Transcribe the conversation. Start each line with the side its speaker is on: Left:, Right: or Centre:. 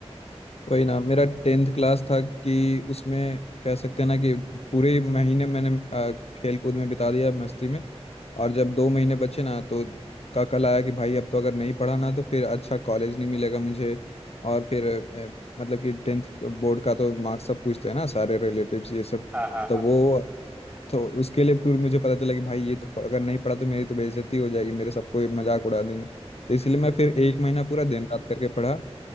Left: वही ना मेरा टेंथ क्लास था कि उसमें कह सकते हैं ना कि पूरे महीने मैंने आ, खेल कूद में बिता दिया मस्ती में और जब दो महीने बचे ना तो काकल आया कि भाई अब तो अगर नहीं पढ़ा ना तो फिर अच्छा कॉलेज नहीं मिलेगा मुझे और फिर अ, मतलब कि टेंथ बोर्ड का तो मार्क्स सब पूछते हैं ना सारे रिलेटिव्स ये सब
Right: हाँ हाँ
Left: तो
Right: हाँ
Left: वो तो उसके लिए फिर मुझे पता चला कि भाई ये तो अगर नहीं पढ़ा तो मेरी तो बेइज्जती हो जाएगी मेरे सबको ये मजाक उड़ा देंगे तो इसलिए मैं फिर एक महीना पूरा दिन रात करके पढ़ा